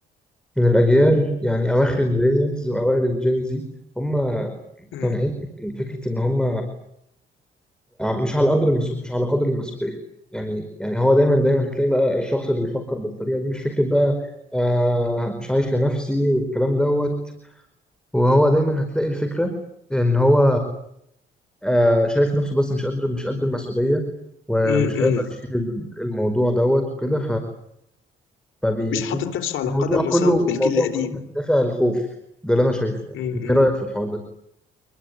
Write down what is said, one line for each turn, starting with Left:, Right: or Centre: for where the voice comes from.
Centre: من الأجيال يعني أواخر الميلينيالز وأوائل الجين زي هم مقتنعين
Left: مم.
Centre: بفكرة إن هم مش على قدر المسؤول مش على قدر المسؤولية يعني يعني هو دايما دايما هتلاقي بقى الشخص اللي بيفكر بالطريقة دي مش فكرة بقى آه مش عايش لنفسي والكلام دوت وهو دايما هتلاقي الفكرة إن هو آه شايف نفسه بس مش قادر مش قد المسؤولية ومش
Left: مم. مم.
Centre: هيقدر يشيل الموضوع دوت وكده فبيبتدي
Left: مش حاطط نفسه على
Centre: الموضوع
Left: قدم وساق
Centre: كله
Left: بالجيل
Centre: الموضوع
Left: القديم
Centre: كله من دافع الخوف ده اللي انا شايفه يعني
Left: مم.
Centre: انت ايه رايك في الحوار ده